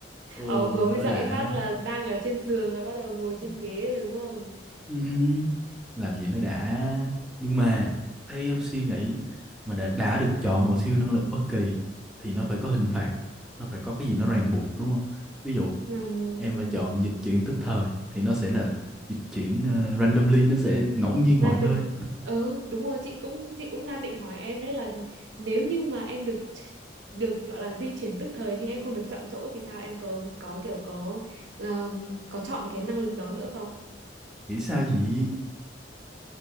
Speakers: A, in the centre; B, on the right (about 70°).
A: ừ
B: ờ, vừa mới
A: nó
B: dậy
A: đã
B: phát là đang ở trên giường là bắt đầu ngồi trên
A: Ừ.
B: ghế rồi đúng không
A: ừ, làm gì nó đã nhưng mà theo em suy nghĩ mà đã, đã được chọn một siêu năng lực bất kỳ thì nó phải có hình phạt nó phải có cái gì nó ràng buộc đúng không ví dụ
B: Ừm.
A: em mà chọn dịch chuyển tức thời thì nó sẽ là dịch chuyển ờ, randomly nó sẽ ngẫu nhiên
B: random
A: mọi nơi
B: ừ đúng rồi chị cũng chị cũng đang định hỏi em đấy là nếu như mà em được ch- được gọi là di chuyển tức thời nhưng em không được chọn chỗ thì sao em có có kiểu có um, có chọn cái năng lực đó nữa không
A: nghĩ sao vậy